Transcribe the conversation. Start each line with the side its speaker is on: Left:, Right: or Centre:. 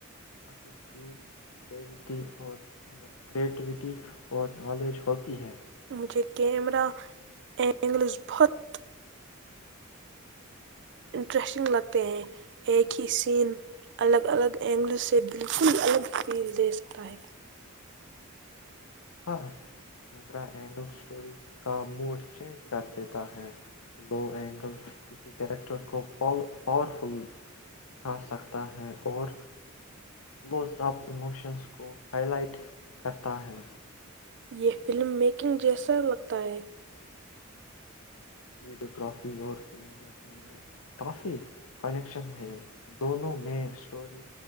Left: اصل چیز کریوٹی اور کریٹیوٹی اور نالج ہوتی ہے
Right: مجھے کیمرہ اینگلز بہت انٹرسٹنگ لگتے ہیں ایک ہی سین الگ الگ اینگل سے بالکل الگ فیل دے سکتا ہے
Left: ہاں کیمرہ اینگل اسٹوری کا موڈ چینج کر دیتا ہے لو اینگل کسی کیریکٹر کو پاورفل دکھا سکتا ہے اور کلوز اپ ایموشنز کو ہائی لائٹ کرتا ہے
Right: یہ فلم میکنگ جیسا لگتا ہے
Left: ویڈیو گرافی اور فلم میکنگ میں کافی کنیکشن ہے دونوں میں اسٹوری